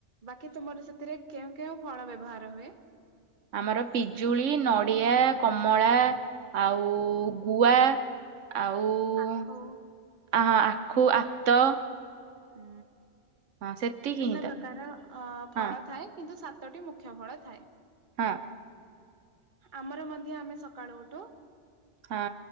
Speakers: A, on the right; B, on the right.
A: ବାକି ତୁମର ସେଥିରେ କେଉଁ କେଉଁ ଫଳ ବ୍ୟବହାର ହୁଏ?
B: ଆମର ପିଜୁଳି, ନଡି଼ଆ, କମଳା। ଆଉ ଗୁଆ। ଆଉ
A: ଆଖୁ
B: ଆ ଆଖୁ, ଆତ।
A: ହୁଁ
B: ହଁ ସେତିକି
A: ବିଭିନ୍ନ
B: ହିଁ ତ
A: ପ୍ରକାର ଅ
B: ହଁ
A: ଫଳ ଥାଏ କିନ୍ତୁ, ସାତ୍ ସାତଟି ମୁଖ୍ୟ ଫଳ ଥାଏ।
B: ହଁ।
A: ଆମର ମଧ୍ୟ ଆମେ ସକାଳୁ ଉଠୁ।
B: ହଁ।